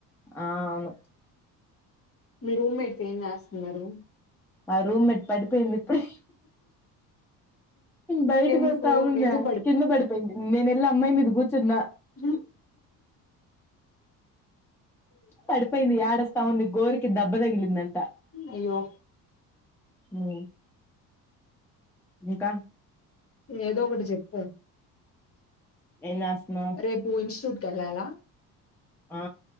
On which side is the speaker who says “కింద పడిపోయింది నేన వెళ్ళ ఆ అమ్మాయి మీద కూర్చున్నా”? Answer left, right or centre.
Centre